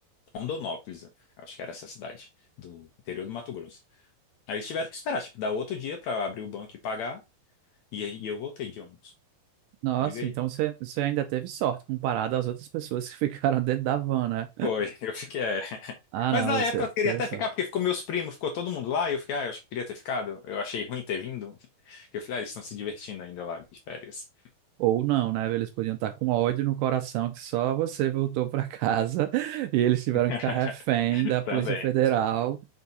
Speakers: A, on the left (about 70°); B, on the right (about 80°).
A: Rondonópolis, acho que era essa cidade do interior do Mato Grosso. Aí eles tiveram que esperar, tipo, dar outro dia pra abrir o banco e pagar, e aí e eu voltei de ônibus.
B: Nossa,
A: Diga aí.
B: então você, você ainda teve sorte comparado às outras pessoas que <laughs> ficaram dentro da van, né?
A: Foi, <laughs> eu fiquei. é.
B: Ah,
A: Mas
B: não,
A: na
B: você,
A: época eu queria
B: você
A: até
B: é só.
A: ficar, porque ficou meus primos, ficou todo mundo lá, e eu fiquei, ah, eu acho que queria ter ficado. Eu achei ruim ter vindo. Eu falei, ah, eles estão se divertindo ainda lá de férias.
B: Ou não, né? Eles podiam estar com ódio no coração que só você voltou para casa <laughs> e eles tiveram
A: <laughs>
B: que ficar refém da Polícia
A: Também.
B: Federal,